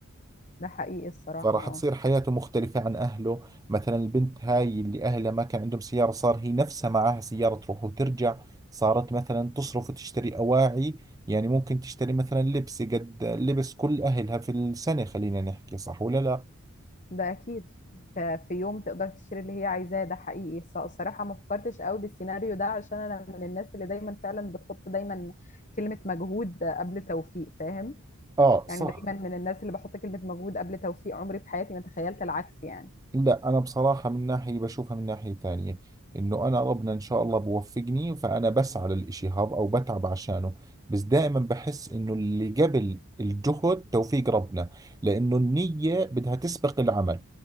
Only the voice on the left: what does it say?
ده حقيقي الصراحة
اه
ده اكيد ف- في يوم تقدر تشتري اللي هي عايزاه ده حقيقي الص- الصراحه ما فكرتش قوي بالسيناريو ده عشان انا من الناس اللي دايما فعلا بتحط دايما كلمه مجهود قبل توفيق فاهم
يعني دايما من الناس اللي بحط كلمه مجهود قبل توفيق عمري في حياتي ما تخيلت العكس يعني